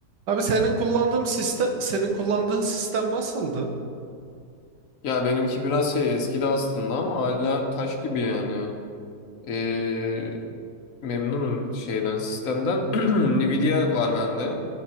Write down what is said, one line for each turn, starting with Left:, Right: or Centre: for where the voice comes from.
Right: Abi senin kullandığın sistem senin kullandığın sistem nasıldı?
Left: Ya benimki biraz şey eskidi aslında ama hala taş gibi yani. Ee, memnunum şeyden sistemden. <clears throat> Nvidia var bende.